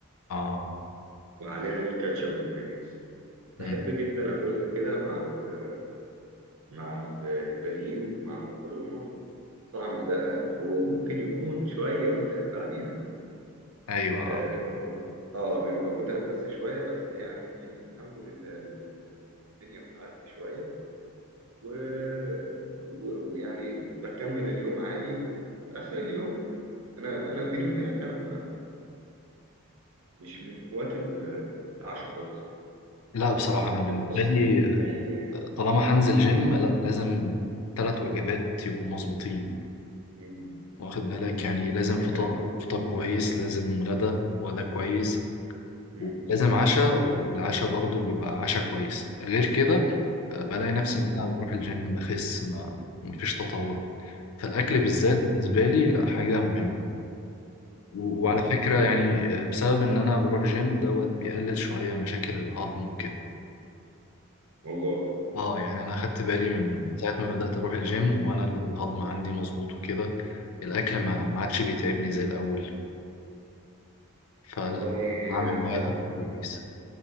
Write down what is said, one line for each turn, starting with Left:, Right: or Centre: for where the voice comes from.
Left: آه
Right: وعليها الكاتشب والمايونيز بحب
Left: مم.
Right: جدا اكلها كده مع ال- مع ال- البانيه ومع المكرونه الطعم ده هو ممكن يكون شويه متعب بعديها
Left: أيوة آه.
Right: اه آه، بيبقى متعب بس شوية بس يعني الحمد لله ال- ال- الدنيا بتعدي شوية و- و- ويعني بكمل اليوم عادي وفي آخر اليوم أنا أنا بيني وبينك أنا مش من هواة ال- العشاء خالص
Left: لا بصراحة أنا بالنسبة
Right: <laughs>
Left: لي طالما هنزل جيم لا لازم تلات وجبات يبقوا مظبوطين
Right: مم.
Left: واخد بالك يعني لازم فطار
Right: أيوه
Left: فطار كويس لازم غدا وغدا كويس
Right: مم.
Left: لازم عشاء والعشاء برضه بيبقى عشاء كويس غير كده آه، بلاقي نفسي
Right: مم.
Left: ان انا بروح الجيم بخس ما مفيش تطور فالاكل بالذات
Right: أيوه
Left: بالنسبه لي لا حاجه مهمه و- وعلى
Right: أيوه
Left: فكره يعني آه، بسبب ان انا بروح جيم دوت بيقلل شويه مشاكل الهضم وكده
Right: والله
Left: اه يعني انا خدت بالي من
Right: مم.
Left: ساعه ما بدات اروح الجيم وانا الهضم عندي مظبوط وكده الاكل ما ما عادش بيتعبني زي الاول فلا
Right: والله
Left: عامل
Right: آه،
Left: معايا
Right: ده
Left: فرق كويس